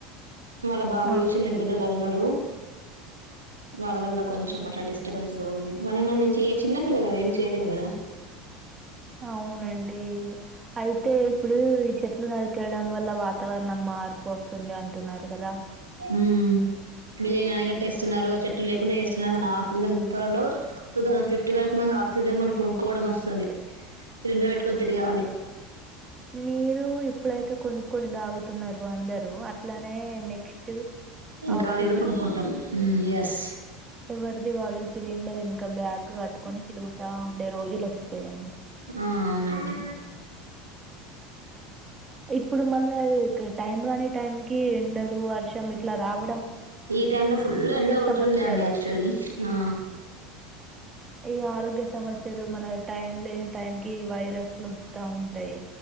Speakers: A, on the right; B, on the right.
A: వాళ్ళ బాబులు
B: ఆ!
A: చిన్న పెద్దలు అందరు వాళ్ళ వల్ల కొంచెం అట్లా డిస్టర్బెన్స్ గా ఉంది మనమే మంచి ఏ చిన్నపిల్ల కదా ఏం చేయలేం కదా
B: అవునండి అయితే ఇప్పుడు ఈ చెట్లు నరికేయడం వ ల్ల వాతావరణం మార్పు వస్తుంది అంటున్నారు కదా
A: ఉ బిల్డింగ్లన్ని కట్టేస్తున్నారు చెట్లు లేకుండా చేస్తున్నారు మన ఆక్సిజన్ ఎంతలో టూ థౌసండ్ ఫిఫ్టీ వరకు మ ఆక్సిజన్ మనం కొనుక్కోవడం అస్తది సిలిండర్ పెట్టుకొని తిరగాలి
B: నీరు ఇప్పుడైతే కొనుక్కొని తాగుతున్నారు అందరూ. అట్లనే నెక్స్ట్ ఆక్సిజన్
A: గాలి కూడా కొనుకుంటాం హ్మ్ ఎస్
B: ఎవరిది వాళ్ళు సిలిండర్ ఎనక బ్యాగ్ కట్టుకొని తిరుగుతా ఉండే రోజులు వస్తాయండి
A: ఆ అవునవును
B: ఇప్పుడు మళ్ళ ఇక్ టైం గాని టైం కీ ఎండలు, వర్షం, ఇట్లా రావ.
A: ఈ టైమ్ లో ఫుల్ల్ ఎండ్లు కొడుతుండే
B: సమస్యలు
A: అండి యాక్చువల్లీ ఆ
B: ఈ ఆరోగ్య సమస్యలు మన టైం లేని టైంకిి వైరస్లు వస్తా ఉంటాయి